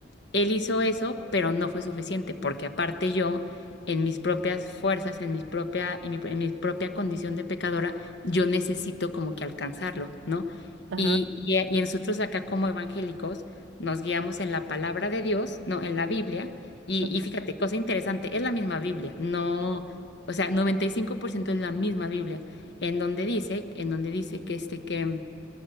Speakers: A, on the left (about 65°); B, on the right (about 85°).
A: él hizo eso, pero no fue suficiente, porque aparte yo, en mis propias fuerzas, en mis propia, en mi, en mi propia condición de pecadora, yo necesito como que alcanzarlo, ¿no?
B: ajá,
A: Y, y, y nosotros acá como evangélicos nos guiamos en la palabra de Dios, ¿no? En la Biblia. Y,
B: ujú,
A: y fíjate, cosa interesante, es la misma Biblia, no,
B: sí,
A: o sea, 95% es la misma Biblia, en donde dice, en donde dice que este que